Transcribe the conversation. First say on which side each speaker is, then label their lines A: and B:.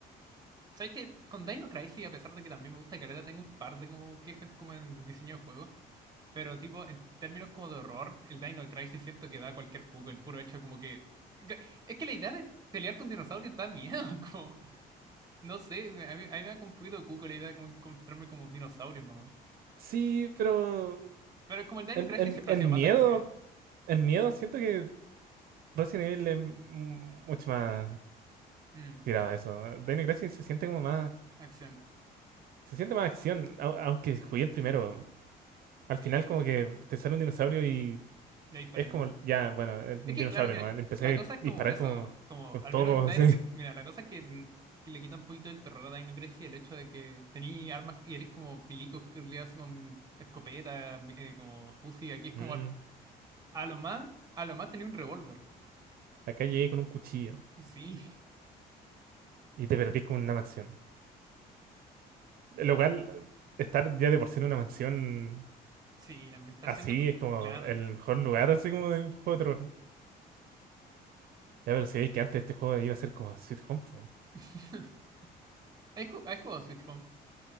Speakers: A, on the right (about 25°); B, on the right (about 60°).
A: ¿sabes qué? Con Dino Crisis, a pesar de que también me gusta Caleta, tengo un par de como quejas como en diseño de juego. Pero tipo, en términos como de horror, el Dino Crisis siento que da cualquier cuco, el puro hecho como que... Es que la idea de pelear con dinosaurios da miedo, <laughs> como... No sé, me- a mí, a mí me da como un poquito de cuco la idea de como encontrarme como dinosaurios nomás.
B: Sí, pero
A: Pero como el Dino
B: en,
A: Crisis
B: en,
A: siempre
B: en
A: ha sido más
B: miedo,
A: de acción.
B: en miedo siento que Resident Evil es mm, mucho más
A: Mm,
B: tirado a eso. Dino Crisis se siente como más
A: acción.
B: Se siente más acción, au- aunque jugué el primero. Al
A: Sí,
B: final como que te sale un dinosaurio y
A: de ahí para
B: es
A: ahí,
B: como,
A: ¿no?
B: ya, bueno, es un
A: Es que,
B: dinosaurio
A: claro, mira,
B: nomás. Empecé
A: la cosa
B: a
A: es
B: disparar
A: como eso,
B: como
A: como
B: con
A: al
B: todo,
A: menos en Dino
B: <laughs> así.
A: Cra- Mira, la cosa es que, mm, que le quita un poquito el terror a Dino Crisis el hecho de que tení armas y eres como milicos que le hacen con escopeta, mi- eh, como Uzi. Aquí es como
B: Mm,
A: al- a lo más, a lo más tenía un revólver.
B: acá llegué
A: Y-
B: con un cuchillo
A: Sí, <laughs>
B: y te perdí con una mansión. Lo cual, estar ya de por sí en una mansión
A: sí, la ambientación
B: así
A: de. pro-
B: es como
A: Claro.
B: el mejor lugar, así como de un juego de terror. Ya, pero si veis que antes este juego iba a ser como Sweet Home, po.
A: <laughs> ¿Has ju- has jugado Sweet Home?